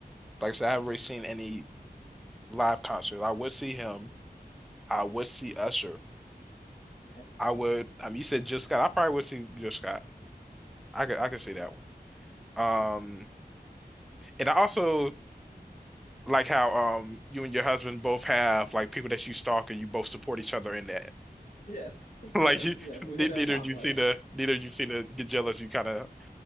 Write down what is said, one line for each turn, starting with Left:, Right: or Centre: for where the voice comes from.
Centre: Like I said, I haven't
Left: mm.
Centre: really seen any live concert. I would see him. I would see Usher.
Left: Yes,
Centre: I would. I mean, you said Jill Scott. I probably would see Jill Scott. I could I
Left: yes,
Centre: could see that one. Um. And I also like how um you and your husband both have like people that you stalk and you both support each other in that. <laughs>
Left: yes,
Centre: Like
Left: yes,
Centre: you,
Left: yes.
Centre: ne-
Left: We need an
Centre: neither
Left: accomplice.
Centre: you seem to neither you seem to get jealous. You kind of